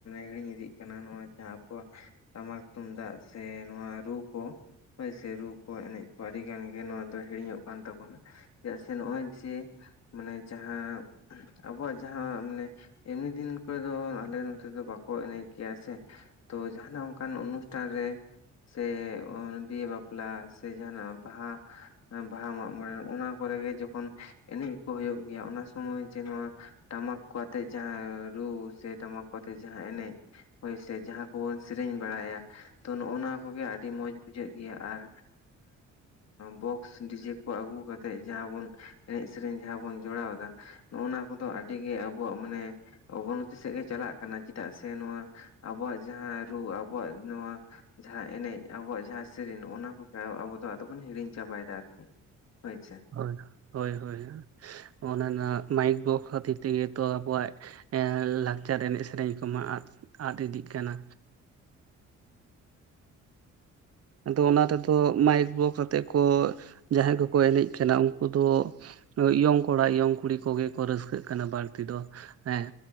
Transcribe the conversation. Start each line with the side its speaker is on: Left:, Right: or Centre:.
Left: ᱦᱤᱲᱤᱧ ᱤᱫᱤᱜ ᱠᱟᱱᱟ ᱱᱚᱣᱟ ᱡᱟᱦᱟᱸ ᱟᱵᱚᱣᱟᱜ ᱴᱟᱢᱟᱠ ᱛᱩᱢᱫᱟᱜ ᱥᱮ ᱱᱚᱣᱟ ᱨᱩ ᱠᱚ ᱦᱳᱭ ᱥᱮ ᱨᱩ ᱠᱚ ᱮᱱᱮᱡ ᱠᱚ ᱟᱹᱰᱤ ᱜᱟᱱ ᱜᱮ ᱱᱚᱣᱟ ᱫᱚ ᱦᱤᱲᱤᱧᱚᱜ ᱠᱟᱱ ᱛᱟᱵᱚᱱᱟ ᱪᱮᱫᱟᱜ ᱥᱮ ᱱᱚᱜᱼᱚᱭ ᱡᱮ ᱢᱟᱱᱮ ᱡᱟᱦᱟᱸ ᱟᱵᱚᱣᱟᱜ ᱡᱟᱦᱟᱸ ᱢᱟᱱᱮ ᱮᱢᱱᱤ ᱫᱤᱱ ᱠᱚᱨᱮ ᱫᱚ ᱟᱞᱮ ᱱᱚᱛᱮ ᱫᱚ ᱵᱟᱠᱚ ᱮᱱᱮᱡ ᱜᱮᱭᱟ ᱥᱮ ᱛᱚ ᱡᱟᱦᱱᱟᱜ ᱚᱱᱠᱟᱱ ᱚᱱᱩᱥᱴᱷᱟᱱ ᱨᱮ ᱥᱮ ᱵᱤᱦᱟᱹ ᱵᱟᱯᱞᱟ ᱥᱮ ᱡᱟᱦᱟᱱᱟᱜ ᱵᱟᱦᱟ ᱵᱟᱦᱟ ᱢᱟᱜ ᱢᱚᱬᱮ ᱚᱱᱟ ᱠᱚᱨᱮᱜ ᱡᱚᱠᱷᱚᱱ ᱮᱱᱮᱡ ᱠᱚ ᱦᱩᱭᱩᱜ ᱜᱮᱭᱟ ᱚᱱᱟ ᱥᱚᱢᱚᱭ ᱡᱮ ᱱᱚᱣᱟ ᱴᱟᱢᱟᱠ ᱠᱚ ᱟᱛᱮᱜ ᱡᱟᱦᱟᱸ ᱨᱩ ᱥᱮ ᱴᱟᱢᱟᱠ ᱠᱚ ᱟᱛᱮᱜ ᱡᱟᱦᱟᱸ ᱮᱱᱮᱡ ᱦᱳᱭ ᱥᱮ ᱡᱟᱦᱟᱸ ᱠᱚᱵᱚᱱ ᱥᱮᱨᱮᱧ ᱵᱟᱲᱟᱭᱟ ᱛᱚ ᱱᱚᱜᱼ ᱱᱚᱶᱟ ᱠᱚᱜᱮ ᱟᱹᱰᱤ ᱢᱚᱸᱡ ᱵᱩᱡᱷᱟᱹᱜ ᱜᱮᱭᱟ ᱟᱨ ᱵᱚᱠᱥ ᱰᱤᱡᱮ ᱠᱚ ᱟᱹᱜᱩ ᱠᱟᱛᱮᱜ ᱡᱟᱸᱦᱟ ᱵᱚᱱ ᱮᱱᱮᱡ ᱥᱮᱹᱨᱮᱧ ᱡᱟᱸ ᱵᱚᱱ ᱡᱚᱲᱟᱣ ᱮᱫᱟ ᱱᱚᱜᱼᱱᱟ ᱠᱚᱫᱚ ᱟᱹᱰᱤ ᱜᱮ ᱟᱵᱚᱣᱟᱜ ᱢᱟᱱᱮ ᱚᱵᱚᱱᱚᱛᱚᱛᱤ ᱥᱮᱫ ᱜᱮ ᱪᱟᱞᱟᱜ ᱠᱟᱱᱟ ᱪᱮᱫᱟᱜ ᱥᱮ ᱱᱚᱣᱟ ᱟᱵᱚᱣᱟᱜ ᱡᱟᱦᱟᱸ ᱨᱩ ᱟᱵᱚᱣᱟᱜ ᱱᱚᱣᱟ ᱡᱟᱦᱟᱸ ᱮᱱᱮᱡ ᱟᱵᱚᱣᱟᱜ ᱡᱟᱦᱟᱸ ᱥᱮᱨᱮᱧ ᱱᱚᱜᱼᱱᱟ ᱠᱚ ᱟᱵᱚ ᱫᱚ ᱟᱫᱚ ᱵᱚᱱ ᱦᱤᱲᱤᱧ ᱪᱟᱵᱟᱭᱮᱫᱟ ᱟᱨᱠᱤ ᱦᱳᱭᱥᱮ
Right: ᱦᱭ ᱦᱳᱭ ᱦᱳᱭ ᱚᱱᱟ ᱢᱟᱭᱤᱠ ᱵᱚᱠᱥ ᱠᱷᱟᱹᱛᱤᱨ ᱛᱮᱜᱮ ᱛᱚ ᱟᱵᱚᱣᱟᱜ ᱮᱸᱜ ᱞᱟᱠᱪᱟᱨ ᱮᱱᱮᱡ ᱥᱮᱨᱮᱧ ᱠᱚᱢᱟ ᱟᱫ ᱟᱫ ᱤᱫᱤᱜ ᱠᱟᱱᱟ ᱟᱫᱚ ᱚᱱᱟ ᱨᱮᱫᱚ ᱢᱟᱭᱤᱠ ᱵᱚᱠᱥ ᱟᱛᱮᱜ ᱠᱚ ᱡᱟᱦᱟᱸᱭ ᱠᱚᱠᱚ ᱮᱱᱮᱡ ᱠᱟᱱᱟ ᱩᱱᱠᱩ ᱫᱚ ᱭᱚᱝ ᱠᱚᱲᱟ ᱤᱭᱚᱝ ᱠᱩᱲᱤ ᱠᱚᱜᱮ ᱠᱚ ᱨᱟᱹᱥᱠᱟᱹᱜ ᱠᱟᱱᱟ ᱵᱟᱹᱲᱛᱤ ᱫᱚ ᱦᱮᱸ